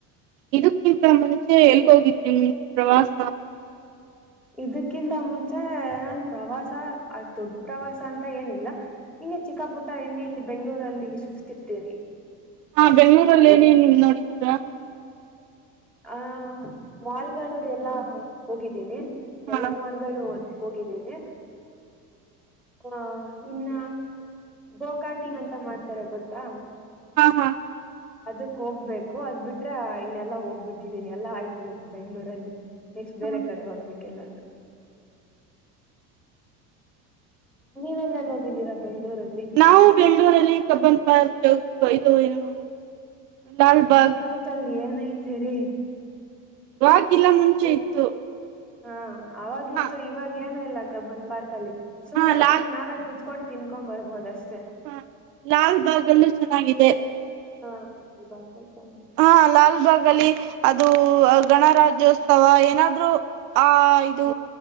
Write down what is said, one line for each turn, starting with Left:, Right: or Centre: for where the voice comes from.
Right: ಇದಕ್ಕಿಂತ ಮುಂಚೆ ಎಲ್ಗೋಗಿದ್ರಿ ಪ್ರವಾಸ
Centre: ಇದಕ್ಕಿಂತ ಮುಂಚೆ ನನ್ ಪ್ರವಾಸ ದೊಡ್ ಪ್ರವಾಸ ಅಂತ ಏನಿಲ್ಲ ಹಿಂಗೆ ಚಿಕ್ಕಾಪುಟ ಇಲ್ಲಿ ಇಲ್ಲಿ ಬೆಂಗಗಳೂರಲ್ಲಿ ಸುತ್ತುತ್ತರ್ತೇ
Right: ಹಾ ಬೆಂಗಳೂರಲ್ಲಿ ಏನೇ ನೀ ನೋಡಿದ್ದೀರಾ
Centre: ಆ ಮಾಲ್ಗಳು ಎಲ್ಲಾ ಹೋಗಿದ್ದೀನಿ
Right: ಹಾ
Centre: ಎಲ್ಲಾ ಮಾಲ್ಗಳು ಹೋಗಿದ್ದೇನೆ ಆಹ ಇನ್ನ ಗೋಕಾಟಿನ್ ಅಂತ ಮಾಡ್ತಾರೆ ಗೊತ್ತಾ
Right: ಹಾ ಹಾ
Centre: ಅದಕ್ ಹೋಗ್ಬೇಕು ಅದ್ ಬಿಟ್ರೆ ಇನೆಲ್ಲ ಹೋಗ ಗ ಬಿಟ್ಟಿದ್ದೀನಿ ಎಲ್ಲಾ ಆಯ್ತು ಇಲ್ಲಿ ಬೆಂಗ್ಗಳೂರಲ್ಲಿ ನೆಕ್ಸ್ಟ್
Right: ಹಾ
Centre: ಬೇರೆ ಕಡೆ ಹೋಗ್ಬೇಕ ಎಲ್ಲಾದ್ರು ನೀವೆಲ್ಲಲ್ಲಿ ಹೋಗಿದ್ದೀರಾ ಬೆಂಗಳೂರಲ್ಲಿ
Right: ನಾವು ಬೆಂಗಳೂರಲ್ಲಿ ಕಬ್ಬನ್ ಪಾರ್ಕ್ ಜ ಒಯ್ದ ಏನು ಲಾಲ್ಬಾಗ್
Centre: ಕಬ್ಬನ್ ಪಾರ್ಕ್ ಅಲ್ಲಿ ಏನಐತಿರಿ
Right: ರಾಗಿಲ್ಲ ಮುಂಚೆ ಇತ್ತು
Centre: ಹಾ ಅವಾಗಿತ್ತು
Right: ಹ
Centre: ಇವಾಗ ಏನು ಇಲ್ಲ ಕಬ್ಬನ್ ಪಾರ್ಕ್ ಅಲ್ಲಿ ಸುಮನೆ
Right: ಹಾ ಲಾಲ್
Centre: ಹೋಗಿ ನಾವ್ ಕುತ್ಕೊಂಡು ತಿನ್ಕೊಂಡ್ ಬರ್ಬೋದು ಅಷ್ಟೇ
Right: ಹಾ ಲಾಲ್ ಬಾಗ್ ಎಲ್ಲೂ ಚೆನ್ನಾಗಿದೆ
Centre: ಹಾ ಯ ಬತ <unintelligible>
Right: ಹಾ ಲಾಲ್ಬಾಗ್ ಅಲ್ಲಿ ಅದು ಗಣರಾಜ್ಯೋತ್ಸವ ಏನಾದ್ ಆ ಇದು